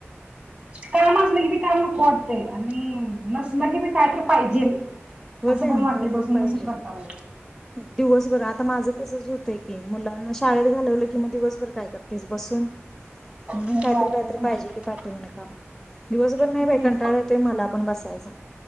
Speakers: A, on the right; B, in the centre.
A: काम असलं की बी काम नको वाटतंय आणि नसलं की बी काय तर पाहिजेल.
B: हो
A: असं
B: बे
A: पण
B: ना
A: वाटतंय
B: काहीतरी
A: बसून
B: पाहिजे.
A: बसून कंटाळा
B: दिवसभर आता माझं तसच होतय की, मुलांना शाळेत लवलं कि मग दिवसभर काय करतिस बसून? म्हणून
A: येतो
B: काहीतरी
A: हो
B: काहीतरी
A: ते पण
B: पाहिजे
A: आहे
B: की पाठी मन काम. दिवसभर नाही
A: हम्म
B: बाइ कंटाळा येतोय मला पण बसायचा.